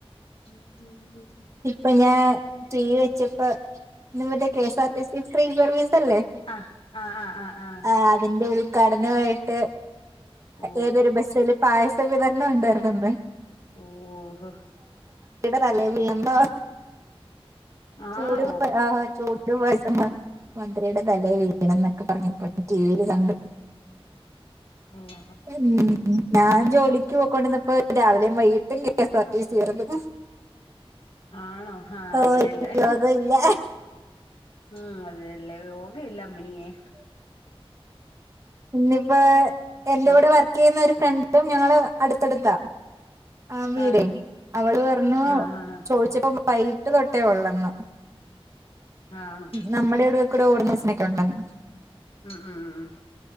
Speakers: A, on the left; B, on the right.
A: ഉം ഉം
B: ഇപ്പൊ ഞാൻ ടി വി വെച്ചപ്പ ഇന്ന് മുതൽ KS R T C free service അല്ലേ
A: ആഹ് ആഹ് ആഹ് ആഹ് ആഹ് ആഹ്
B: ആ അതിന്റെ ഉദ്ഘാടനമായിട്ട്
A: ഓഹോ
B: ഏതൊരു ബസ്സിൽ പായസ വിതരണം ഉണ്ടായിരുന്നുന്ന്
A: ഓഹ്
B: തലേ വീണന്നോ
A: ആണോ
B: ചൂട് ആ ചൂട് പായസമ്മ മന്ത്രിയുടെ തലയെ വീണന്നൊക്കെ പറഞ്ഞിപ്പോൾ ടിവിയിൽ കണ്ടു
A: ഓഹോ
B: ഉം ഞാൻ ജോലിക്ക് പോയിക്കൊണ്ടിന്നപ്പോ രാവിലെയും വൈകിട്ടും K S R T C വരല്
A: ആണോ ആഹ്
B: ഓ
A: അതിലല്ലേ
B: ഇപ്പ യോഗം ഇല്ല
A: ഉം അതെല്ലേ യോഗം ഇല്ല അമ്മണിയെ
B: പിന്നയിപ്പോ എന്റെ കൂടെ
A: ആഹ്
B: വർക്ക് ചെയ്യുന്ന ഒരു ഫ്രണ്ടും ഞങ്ങള് അടുത്തടുത്താ ആ വീടെ
A: ആഹ്
B: അവള് പറഞ്ഞു
A: ആഹ് ആഹ്
B: ചോദിച്ചപ്പോ വൈകിട്ട് തൊട്ടേ ഉള്ളന്ന്
A: ആണോ
B: നമ്മുടെ ഇവിടെയക്കൂടെ ഓടുന്ന ബസിനൊക്കെ ഉണ്ടെന്ന്
A: ഉം ഉം ഉം